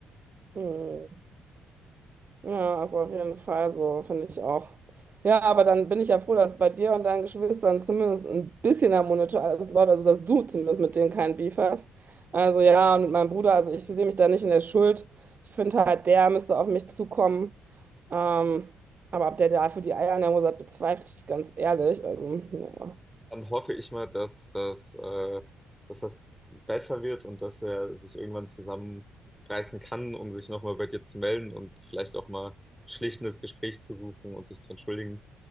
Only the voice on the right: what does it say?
Mhm. Ja, ist auf jeden Fall so, finde ich auch. Ja, aber dann bin ich ja froh, dass bei dir und deinen Geschwistern zumindest ein bisschen harmonischer alles läuft, also dass du zumindest mit denen keinen Beef hast. Also ja, und mit meinem Bruder, also ich sehe mich da nicht in der Schuld. Ich finde halt, der müsste auf mich zukommen. Ähm, aber ob der dafür die Eier in der Hose hat, bezweifle ich ganz ehrlich. Also, ja.